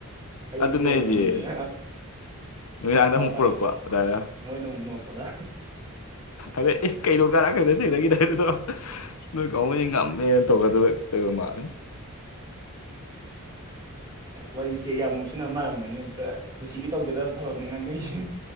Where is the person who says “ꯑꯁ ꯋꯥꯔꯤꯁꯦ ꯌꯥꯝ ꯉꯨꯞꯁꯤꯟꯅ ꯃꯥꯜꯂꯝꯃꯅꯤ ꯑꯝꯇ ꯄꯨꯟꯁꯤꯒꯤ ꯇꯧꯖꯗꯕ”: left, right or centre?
Right